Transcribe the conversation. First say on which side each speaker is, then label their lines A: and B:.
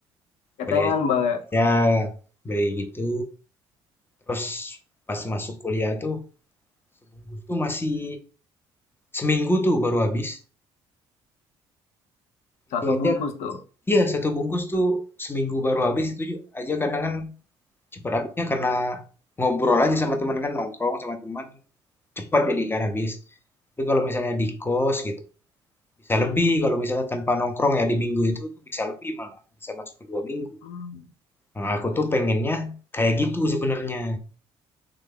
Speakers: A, on the left; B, on the left.
A: ketengan
B: Beli eceran.
A: Bang ya.
B: Ya, beli gitu. Terus pas masuk kuliah tuh sebungkus tuh masih seminggu tuh baru habis.
A: Satu
B: Itu aja
A: bungkus tuh.
B: iya satu bungkus tuh seminggu baru habis itu ju aja kadang kan cepet habisnya karena ngobrol aja sama teman kan, nongkrong sama teman cepat jadi kan habis. Tapi kalau misalnya di kos gitu, bisa lebih kalau misalnya tanpa nongkrong ya di minggu itu tuh bisa lebih malah, bisa masuk ke 2 minggu.
A: Hmm.
B: Nah, aku tuh pengennya kayak gitu sebenarnya